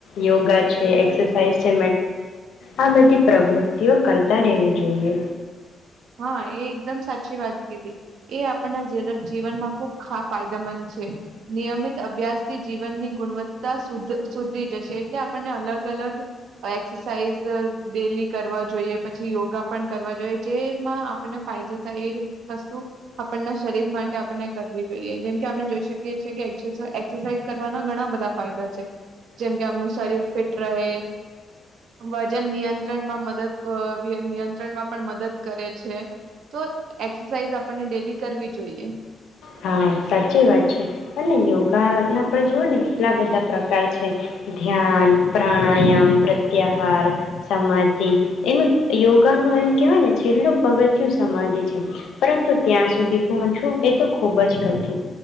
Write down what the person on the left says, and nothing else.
યોગા છે એસસાઇઝ છે. આ બધી પ્રવૃત્તિઓ કરતા રહેેવી જોઈએ.
હા સાચી વાત છે. અને યોગાના પણ જુઓ ને કેટલા બધા પ્રકાર છે ધ્યાન પ્રાણાયામ પ્રત્યાહાર સમાધિ એનું યોગાનું એમ કહેવાય ને છેલ્લું પગથય સમાધિ છે પરંતુ ત્યાં સુધી પહોંચવું એ તો ખૂબ જ કઠિન.